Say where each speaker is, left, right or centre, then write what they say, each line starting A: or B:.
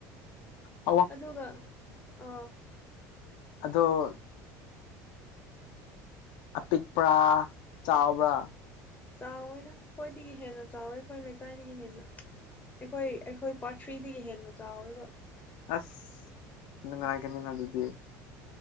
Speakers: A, on the left; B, on the left.
A: ꯑꯣ
B: ꯑꯗꯨꯒ ꯑ
A: ꯑꯗꯣ ꯑꯄꯤꯛꯄ꯭ꯔ ꯆꯥꯎꯕ꯭ꯔꯥ
B: ꯆꯥꯎꯋꯦꯗ ꯑꯩꯈꯣꯏꯗꯒꯤ ꯍꯦꯟꯅ ꯆꯥꯎꯋꯦ ꯑꯩꯈꯣꯏ ꯂꯩꯀꯥꯏꯗꯒꯤ ꯍꯦꯟꯅ ꯑꯩꯈꯣꯏ ꯑꯩꯈꯣꯏ ꯄꯥꯔꯠ ꯊ꯭ꯔꯤꯗꯒꯤ ꯍꯦꯟꯅ ꯆꯥꯎꯋꯦꯕ
A: ꯑꯁ ꯅꯨꯡꯉꯥꯏꯒꯅꯤꯗ ꯑꯗꯨꯗꯤ